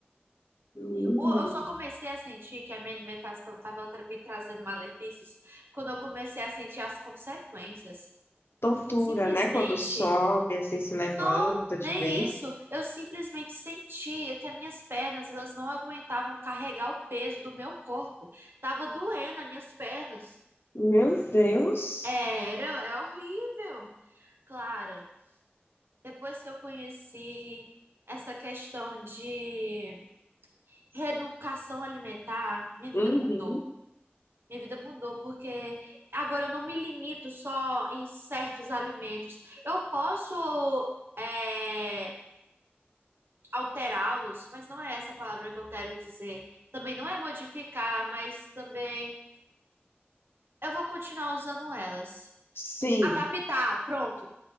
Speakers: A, on the left; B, on the right.
A: Hum.
B: o- Eu só comecei a sentir que a minha alimentação estava me trazendo malefícios quando eu comecei a sentir as consequências.
A: tortura,
B: Simplesmente,
A: né? Quando sobe, assim, se levanta
B: não,
A: de
B: nem
A: vez.
B: isso. Eu simplesmente sentia que as minhas pernas, elas não aguentavam carregar o peso do meu corpo. Tava doendo as minhas pernas.
A: Meu Deus.
B: Era, é horrível. Clara, depois que eu conheci essa questão de reeducação alimentar, minha vida
A: Uhum.
B: mudou. Minha vida mudou porque agora eu não me limito só em certos alimentos. Eu posso é, alterá-los, mas não é essa a palavra que eu quero dizer. Também não é modificar, mas também eu vou continuar usando elas.
A: Sim.
B: Adaptar, pronto.